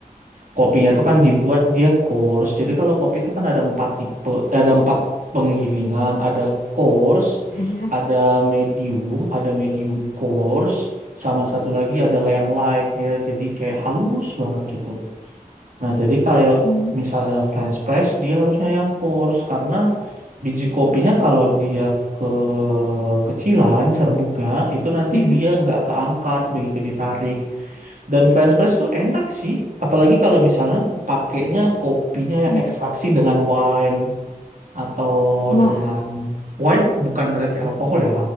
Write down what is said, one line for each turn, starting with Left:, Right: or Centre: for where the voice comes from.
Right: Kopinya itu kan dibuat dia coarse. Jadi kalau kopi itu kan ada empat tipe, eh, ada empat penggilingan, ada coarse,
Left: Iya.
Right: ada medium, ada medium coarse, sama satu lagi adalah yang light. Dia jadi kayak halus banget gitu. Nah, jadi kayak
Left: Mm.
Right: misalnya French press, dia harusnya yang coarse karena biji kopinya kalau dia ke kecilan serbuknya itu nanti
Left: Mm-mm.
Right: dia nggak keangkat begitu ditarik. Dan French press tuh enak sih, apalagi kalau misalnya pakainya kopinya yang
Left: Mm.
Right: ekstraksi dengan wine atau
Left: Wah,
Right: dengan wine bukan berarti alkohol ya,